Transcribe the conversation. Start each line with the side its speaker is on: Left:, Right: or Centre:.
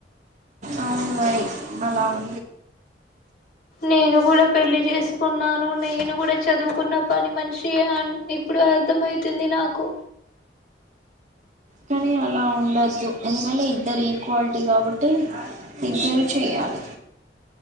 Right: అవు అలా ఉ
Left: నేను కూడా పెళ్ళి చేస్ కున్నాను నేను కూడా చదువుకున్న పని మనిషి అ ఇప్పుడు అర్థమవుతుంది నాకు
Right: కానీ అలా ఉండద్దు ఎందుకంటే ఇద్దరి క్వాలిటీ కాబట్టి ఇద్దరూ చేయాలి